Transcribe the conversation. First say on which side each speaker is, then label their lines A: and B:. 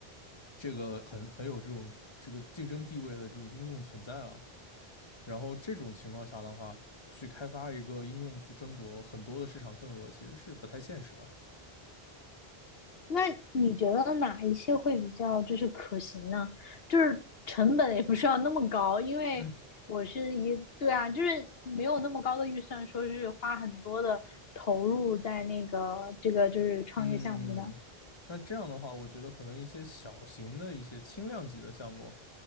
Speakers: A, on the left; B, on the left.
A: 这个很很有这种这个竞争地位的这种应用存在了。然后这种情况下的话，去开发一个应用去争夺很多的市场份额，其实是不太现实的。
B: 那你觉得哪一些会比较就是可行呢？就是成本也不是要那么高，因为我是一，
A: 嗯。
B: 对啊，就是没有那么高的预算，说是花很多的投入在那个这个就是创业项目上。
A: 嗯，那这样的话，我觉得可能一些小型的一些轻量级的项目，